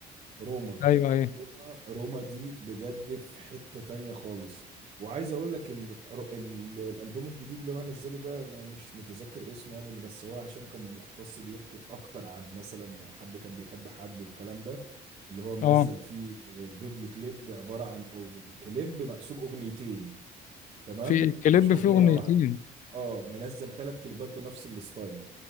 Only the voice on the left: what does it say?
أيوه أيوه
آه
في الكليب
فيه أغنيتين